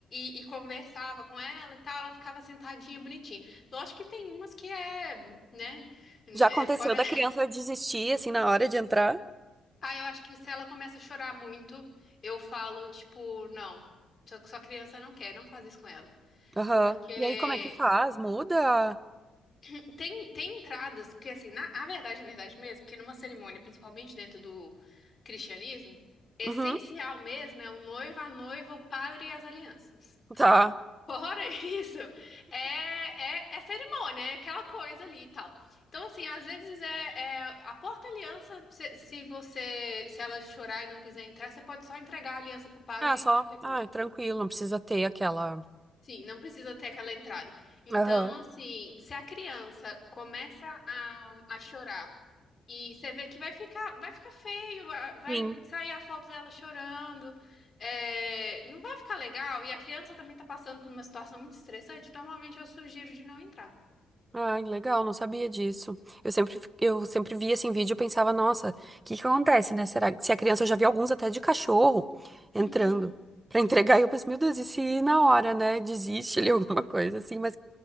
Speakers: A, on the left; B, on the right.
A: e, e conversava com ela e tal, ela ficava sentadinha, bonitinha. Lógico que tem umas que é, né, é
B: Já aconteceu
A: fora,
B: da criança desistir assim na hora de entrar?
A: Ah, eu acho que se ela começa a chorar muito, eu falo, tipo, não. Só que sua criança não quer, não faz isso com ela.
B: Aham.
A: Porque
B: E aí, como é que faz? Muda?
A: tem, tem entradas, porque assim, na a verdade, a verdade mesmo, porque numa cerimônia, principalmente dentro do cristianismo, essencial
B: Uhum.
A: mesmo é o noivo, a noiva, o padre e as alianças.
B: Tá.
A: Fora <laughs> isso, é, é, é cerimônia, é aquela coisa ali e tal. Então, assim, às vezes é, é a porta-aliança, se, se você, se ela chorar e não quiser entrar, você pode só entregar a aliança pro padre
B: Ah, só.
A: e não tem problema.
B: Ah, tranquilo, não precisa ter aquela.
A: Sim, não precisa ter aquela entrada. Então,
B: Aham.
A: assim, se a criança começa a, a chorar e você vê que vai ficar, vai ficar feio, a- vai
B: Sim.
A: sair a foto dela chorando, é, não vai ficar legal. E a criança também tá passando por uma situação muito estressante, normalmente eu sugiro de não entrar.
B: Ai, legal, não sabia disso. Eu sempre, fi- eu sempre via esse vídeo e pensava, nossa, o que que acontece, né? Será que se a criança, eu já vi alguns até de cachorro entrando
A: Uhum.
B: pra entregar, e eu penso, meu Deus, e se na hora, né, desiste ali alguma coisa assim, mas